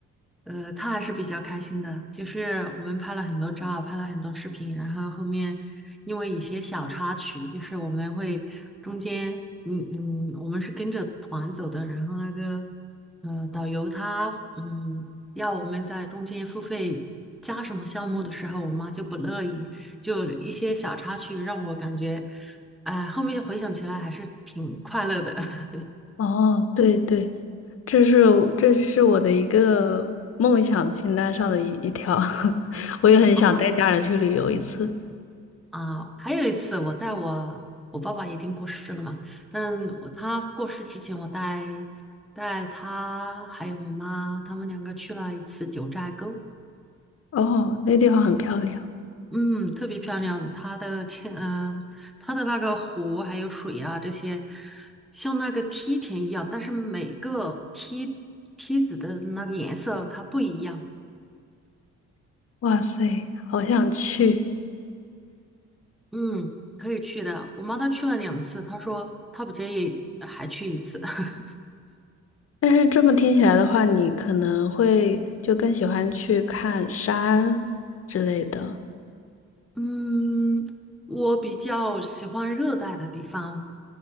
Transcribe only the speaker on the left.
哦，对对，这是这是我的一个梦想清单上的一一条，<laughs> 我也很想带家人去旅游一次。
哦，那地方很漂亮，
哇塞，好想去。
但是这么听起来的话，你可能会就更喜欢去看山之类的。